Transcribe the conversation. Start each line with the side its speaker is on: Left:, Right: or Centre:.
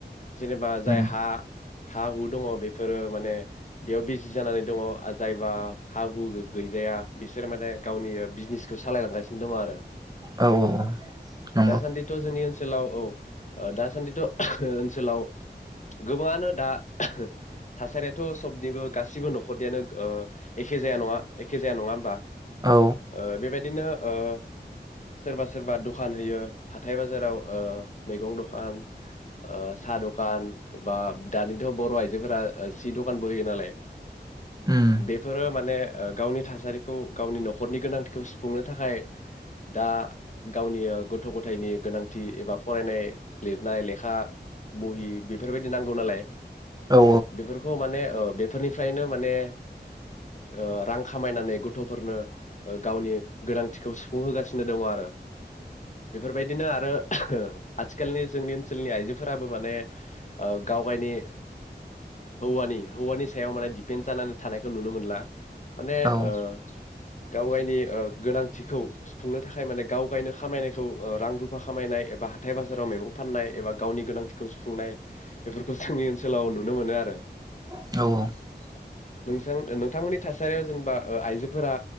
Left: जेनेबा जाय
Right: उम
Left: हा हा हु दङ बे फोरो माने बेयाव बिजि जानानै दङ जायबा हा हु गैजाया बिसोर माने गावनि बिजनेसखौ सालायलांगासिनो दङ आरो
Right: औ औ औ नंगौ
Left: दासान्दिथ' जोंनि ओनसोलाव औ दासान्दिथ ओनसोलाव गोबांङानो दा थासारियाथ‌ सबनिबो गासिबो नखरनियानो ओ एखे एखे जाया नङा एखे जाया नङा होनबा
Right: औ
Left: ओ बेबायदि बिदिनो ओ सोरबा सोरबा दखान होयो हाथाय बाजाराव ओ मैगं दखान ओ साह दखान एबा दानिथ बर आइजोफोरा ओ सि दखानबो होयो नालाय
Right: उम
Left: बे माने ओ गावनि थासारिखौ गावनि नखरनि गोनांथिखौ सुफुङो। थाखाय दा गावनि गथ गथायनि गोनांथि एबा फरायनाय लिरनाय लेखा बहि बेफोरबायदि नांगौ नालाय
Right: औ
Left: बेफोरखौ माने ओ बे बेफोरनिफ्रायनो माने ओ रां खामायनानै गथफोरनो गावनि गोनांथिखौ सुफुंहोगासिनो दङ आरो बेफोरबायदिनो आरो आथिखालनि जोंनि ओनसोलनि आइजोफोराबो माने ओ गावगायनि हौवानि हौवानि सायाव माने दिपेन्ड जानानै थानाय खौ नुनो मोनला माने
Right: औ
Left: ओ गावायनि ओ गोनांथिखौ खुंनो थाखाय माने गाव गायनो खामायनायखौ ओ रां रुफा खामायनाय एबा हाथाय बाजाराव मैगं फाननाय एबा गावनि गोनांथिखौ सुफुंनाय बेफोरखौ जोंनि ओनसोलाव नुनो मोनो आरो
Right: औ
Left: नोंथां नोंथांमोननि थासारियाव जेनेबा ओ आइजोफोरा